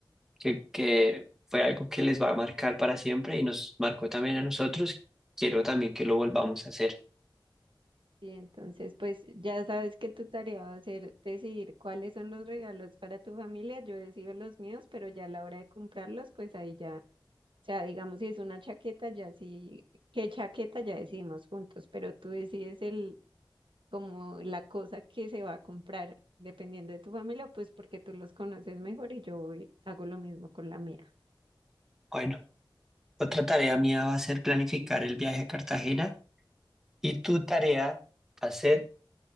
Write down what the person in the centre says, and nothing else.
que, que fue algo que les va a marcar para siempre y nos marcó también a nosotros. Quiero también que lo volvamos a hacer.
Bueno, otra tarea mía va a ser planificar el viaje a Cartagena y tu tarea va a ser